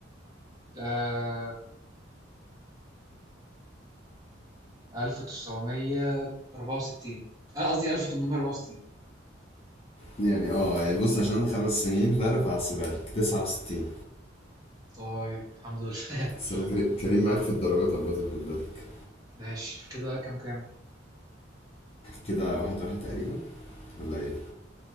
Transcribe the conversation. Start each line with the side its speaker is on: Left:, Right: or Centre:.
Right: آم، 1964 انا قصدي 1864
Left: يعني اه يعني بص عشان خمس سنين فرق فهحسبها لك تسعة وستين
Right: طيب الحمد لله <laughs>
Left: بس انا كريم كريم معاك في الدرجات عامة خد بالك
Right: ماشي كده كام كام
Left: كده واحد واحد تقريبا ولا ايه